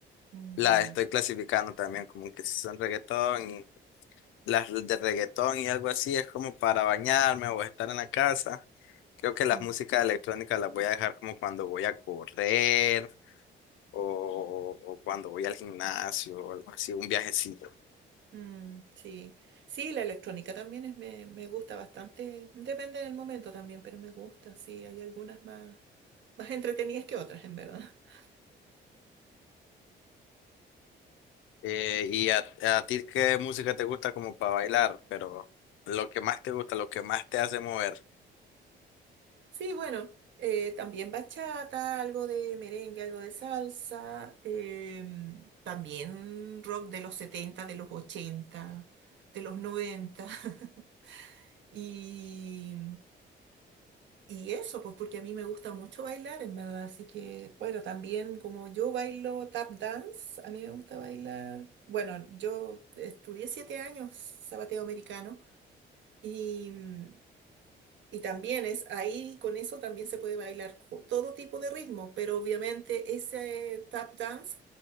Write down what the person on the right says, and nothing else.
Ya.
Mm.
Mm, sí, sí, la electrónica también es, me, me gusta bastante, depende del momento también, pero me gusta, sí, hay algunas más, más entretenidas que otras, en verdad. <laughs>
Sí, bueno, eh, también bachata, algo de merengue, algo de salsa, em, también rock de los setenta de los ochenta de los 90 <laughs> y Y eso, pues porque a mí me gusta mucho bailar, en verdad. Así que, bueno, también como yo bailo tap dance, a mí me gusta bailar. Bueno, yo estudié siete años zapateo americano y, mm, y también es ahí, con eso también se puede bailar co- todo tipo de ritmo, pero obviamente ese tap dance